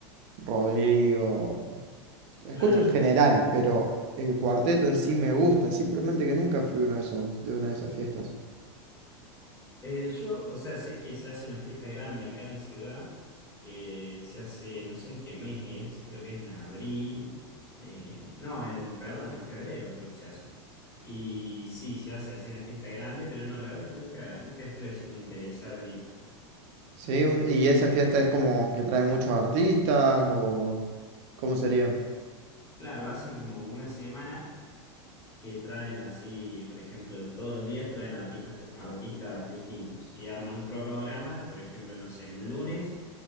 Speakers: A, on the right; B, on the left.
A: Rodrigo. La escucho
B: Claro.
A: en general, pero el cuarteto en sí me gusta, simplemente que nunca fui uno de esos, de una de esas fiestas.
B: Eh, yo, o sea, sé que se hace una fiesta grande acá en la ciudad, que se hace, no sé en qué mes es, creo que es en abril, eh, no, en, perdón, en febrero creo que se hace. Y sí, se hace así una fiesta grande, pero no, la verdad que nunca, nunca estuve así como interesado en ir.
A: Sí, un- y esa fiesta es como que trae muchos artistas o ¿cómo sería?
B: Claro, hacen como una semana que traen así, por ejemplo, todos los días traen artistas, artistas distintos y arman un cronograma, por ejemplo, no sé, un lunes.